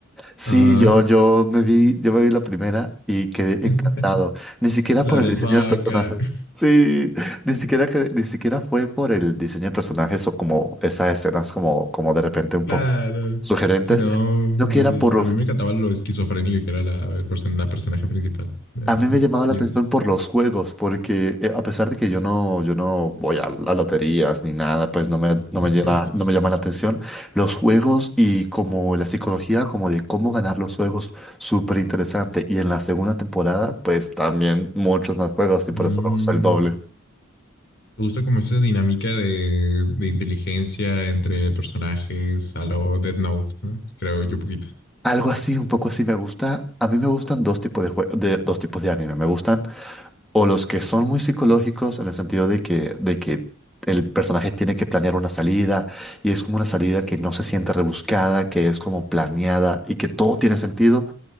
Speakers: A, in the centre; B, on the left.
A: sí,
B: Ah,
A: yo, yo me vi, yo me vi la primera y quedé
B: <laughs>
A: encantado. Ni siquiera
B: la
A: por el
B: del
A: diseño
B: vaca.
A: del personaje.
B: <laughs>
A: Sí, ni siquiera que, ni siquiera fue por el diseño de personajes o como esas escenas como, como de repente un
B: Claro.
A: poco sugerentes.
B: Si no, el-
A: No que era por,
B: a mí me encantaba lo esquizofrénica que era la, el person- la personaje principal. Eh,
A: A mí me llamaba
B: Dios,
A: la atención por los juegos, porque eh, a pesar de que yo no, yo no voy a, a loterías ni nada, pues no me, no
B: ya
A: me llena-
B: pues.
A: no
B: es-
A: me llama la atención. Los juegos y como la psicología, como de cómo ganar los juegos, súper interesante. Y en la segunda temporada, pues también muchos más juegos y por
B: Mm,
A: eso me gusta el doble.
B: ¿te gusta como esa dinámica de, de inteligencia entre personajes a lo Death Note, ¿no? Creo yo poquito.
A: Algo así, un poco así me gusta. A mí me gustan dos tipos de jue- de dos tipos de anime. Me gustan o los que son muy psicológicos en el sentido de que, de que el personaje tiene que planear una salida y es como una salida que no se siente rebuscada, que es como planeada y que todo tiene sentido,